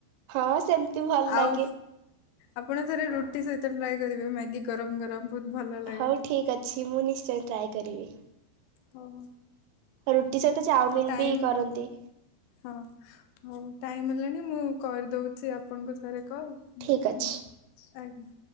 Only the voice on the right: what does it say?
ହଁ ସେମତି ଭଲ
ଲାଗେ।
ହଉ ଠିକ୍ ଅଛି ମୁଁ ନିଶ୍ଚୟ ଟ୍ରାଏ କରିବି।
ରୁଟି ସହିତ ଚାଉମିିନ
ବି କରନ୍ତି।
ଠିକ
ଅଛି।